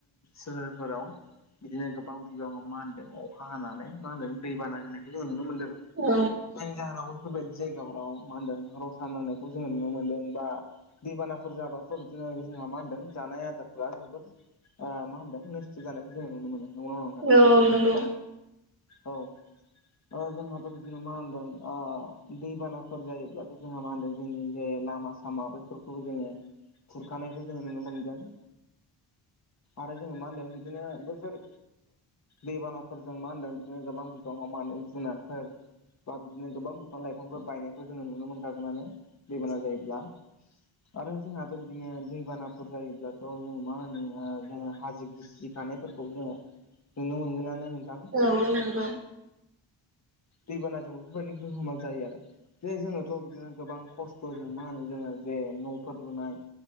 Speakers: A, on the left; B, on the right.
A: सोहोरफोराव बिदिनो गोबां बिबाङा मा होनदों अखा हानानै मा होनदों दैबाना जानायखौ जों नुनो मोनदों
B: औ
A: जायनि जाहोनाव बेफोरबायदि जायगाफोराव मा होनदों रसा नांनाय खौ जोङो नुनो मोनदों बा दैबानाफोर जाबाथ' बिदिनो जोंहा मा होनदों जानाय आदारफ्रा जोबोद ओ मा होनदों नोस्थ' जानायखौ जों नुनो मोनो नंगौना नङा नोंथां?
B: औ नंगौ।
A: औ ओ जोंहाथ' जोंहा मा होनदों ओ दैबानाफोर जायोब्लाथ' जोंहा मा होनदों जोंनि जे लामा सामाबो बेफोरखौबो जोङो खुरखानायखौ जोङो नुनो मोनगोन‌। आरो जोङो मा होनदों बिदिनो बैफोर दैबानाफोरजों मा होनदों बिदिनो गोबां बिबाङाव मा होनो जुनारफोर बा बिदिनो गोबां बिफां लाइफांफोर बायनायखौ जोङो नुनो मोनखागोनानो। दैबाना जायोब्ला आरो जोंहाथ' जोङो दैबानाफोर जायोब्लाथ' जोङो मा होनो जोङो हाजो गिसि खानायफोरखौ जोङो
B: <inaudible>
A: नुनो मोनगोनानो नोंथां
B: औ नंगौ।
A: दैबानाजों बेफोरबायदि गोहोमा जायो आरो जे जोङोथ' बिदिनो गोबां खस थ जों मा होनो जोङो जे न'फोर लुनाय